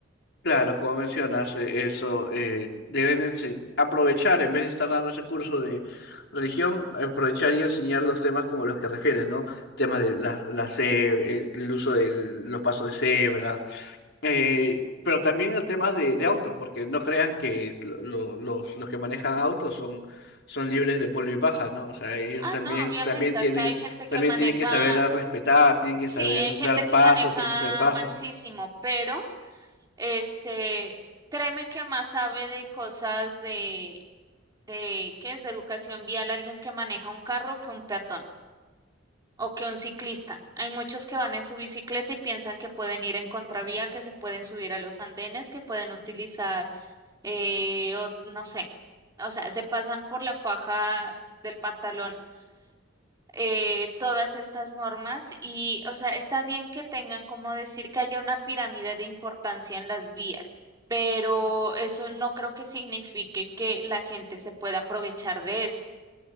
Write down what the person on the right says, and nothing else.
Ah,
no, obviamente,
acá hay gente
que maneja,
sí,
hay gente
que maneja
malsísimo, pero este, créeme que más sabe de cosas de, de, ¿qué es? De educación vial alguien que maneja un carro que un peatón. o que un ciclista. Hay muchos que van en su bicicleta y piensan que pueden ir en contravía, que se pueden subir a los andenes, que pueden utilizar, eh, o- no sé, o sea, se pasan por la faja del pantalón. eh, todas estas normas y, o sea, está bien que tengan como decir que haya una pirámide de importancia en las vías, pero eso no creo que signifique que la gente se pueda aprovechar de eso.